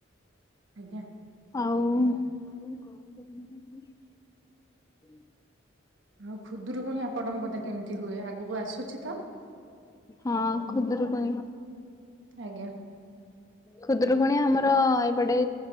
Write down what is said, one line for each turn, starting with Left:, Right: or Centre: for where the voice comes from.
Right: ଆଜ୍ଞା।
Left: ଆଉ
Right: ଆଉ ଖୁଦରୁ ପୁଣି ଆପଟଙ୍କ ପଦେ କେମିତି ହୁଏ ଆଗକୁ ଆସୁଛି ତ
Left: ହଁ ଖୁଦୁରୁକୁଣି।
Right: ଆଜ୍ଞା।
Left: ଖୁଦୁରୁକୁଣୀ ଆମର ଏପଟେ